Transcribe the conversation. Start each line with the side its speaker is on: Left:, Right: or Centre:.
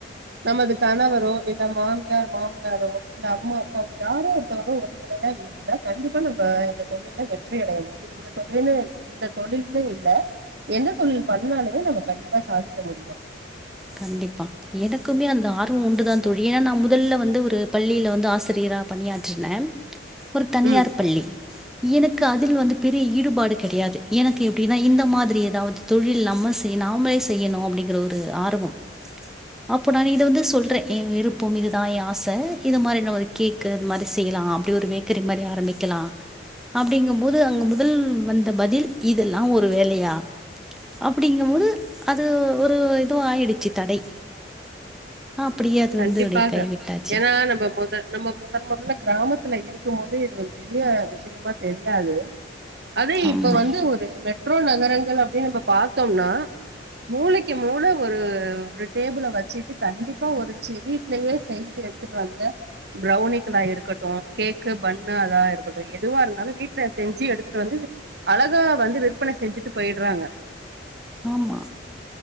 Right: நமது கணவரோ இல்ல மாமியார் மாம்னாரோ இல்ல அம்மா அப்பாவோ யாரோ ஒருத்தவங்க ஒருதுணையா இரு ந்தா கண்டிப்பா நம்ம இந்த தொழில்ல வெற்றி அடைய முடியும் இந்த தொழில் இந்த தொழில்னு இல்ல எந்த தொழில் பண்ணணாலுமே நம்ம கண்டிப்பா சாதிக்க முடியும்
Centre: கண்டிப்பா எனக்குமே அந்த ஆர்வம் உண்டுதான் தோழி ஏன்னா நா முதல்ல வந்து ஒரு பள்ளியில வந்து ஆசிரியரா பணியாற்றுனேன் ஒரு தனியார்
Right: ம்
Centre: பள்ளி எனக்கு அதில் வந்து பெரிய ஈடுபாடு கெடையாது எனக்கு எப்படின்னா இந்த மாதிரி ஏதாவ்து தொழில் நம்ம செய் நாமே செய்யணும் அப்படிங்கற ஒரு ஆர்வம் அப்போ நான் இது வந்து சொல்றேன் என் விருப்போ இதுதான் ஆச இது மாரி என்ன ஒரு கேக்கு இது மாதிரி செய்யலாம் அப்படி ஒரு பே க்கரி மாரி ஆரம்பிக்கலாம் அப்டிங்கும்போது அங்க முதல் வந்த பதில் இதெல்லாம் ஒரு வேலையா அப்படிங்கும்போது அது ஒரு இதுவும் ஆயிடுச்சு தடை அப்படியே அது
Right: கண்டிப்பாக
Centre: வந்து அப்டி கைவிட்டாச்சு
Right: ஏன்னா நம்ம முத நம்ம முதன் முதல்ல கிராமத்துல இருக்கும் போது இது ஒரு பெரிய விஷயமா தெரியாது அதே
Centre: ஆமா
Right: இப்ப வந்து ஒரு மெட்ரோ நகரங்கள் அப்டினு நம்ம பார்த்தோம்னா மூளைக்கு மூளை ஒரு ஒரு டேபுள வச்சுட்டு கண்டிப்பா ஒரு செரிட்லயே சேந்து எடுத்துட்டு வந்து பெளரவுனிக்களா இருக்கட்டும் கேக்கு பண்ணு அதா இருக்கட்டும் எதுவா இருந்தாலும் வீட்டுல செஞ்சு எடுத்துட்டு வந்து அழகா வந்து விற்பன செஞ்சுட்டு போயிட்றாங்க
Centre: ஆமா